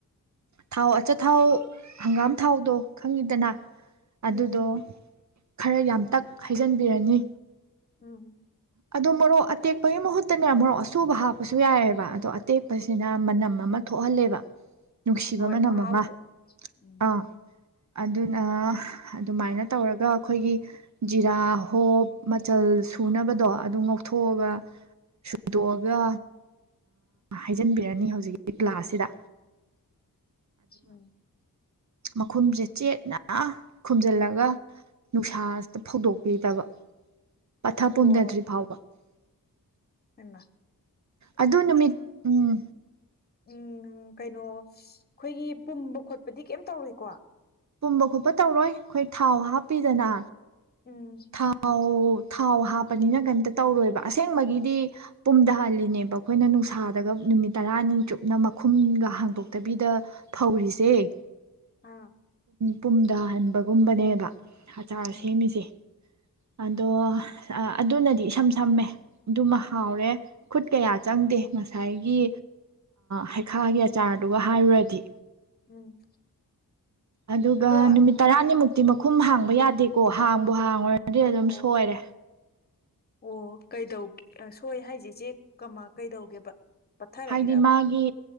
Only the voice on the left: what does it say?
ꯎꯝ
ꯎꯝ
ꯍꯣꯏ
ꯃꯍꯥꯎꯗꯣ
ꯎꯝ
ꯎꯝ
ꯑꯣ
ꯏꯃ
ꯎꯝ ꯀꯩꯅꯣ ꯑꯩꯈꯣꯏꯒꯤ ꯄꯨꯝꯕ ꯈꯣꯠꯄꯗꯤ ꯀꯩꯝ ꯇꯧꯔꯦꯀꯣ
ꯎꯝ
ꯑꯥ
ꯎꯝ
ꯎꯝ
ꯑꯗꯣ
ꯑꯣ
ꯑꯣ ꯀꯩꯗꯧꯒꯦ ꯁꯣꯏ ꯍꯥꯏꯁꯦ ꯏꯆꯦ ꯀꯥꯃꯥ ꯀꯩꯗꯧꯒꯦꯕ ꯄꯠꯊꯔꯛꯏꯔꯕ